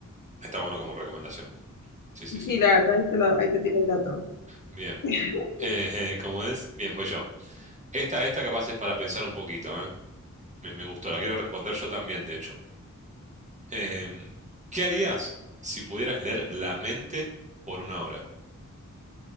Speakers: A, on the right; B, on the left.
A: está bueno como recomendación. Sí, sí,
B: Sí,
A: sí.
B: la verdad, ahí te, lo- ahí te tiro el dato.
A: Bien.
B: <laughs>
A: Eh, <laughs> eh, ¿cómo es? Bien, voy yo. Esta, esta capaz es para pensar un poquito, ¿eh? Me, me gustó, la quiero responder yo también, de hecho. Em, ¿qué harías si pudieras leer la mente por una hora?